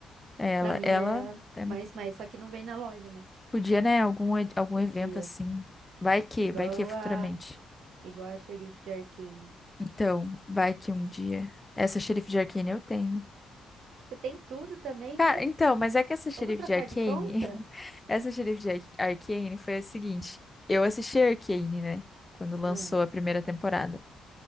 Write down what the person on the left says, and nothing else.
Ela,
ela
é muito-
podia, né? Algum, e- algum
evento assim. Vai que,
vai que é futuramente.
Então, vai que um dia. Essa xerife de Arcane eu tenho.
Cara,
então, mas é que essa xerife
de Arcane.
<laughs> Essa xerife de Ar- Arcane foi a seguinte. Eu assisti a Arcane, né? Quando lançou
a primeira temporada.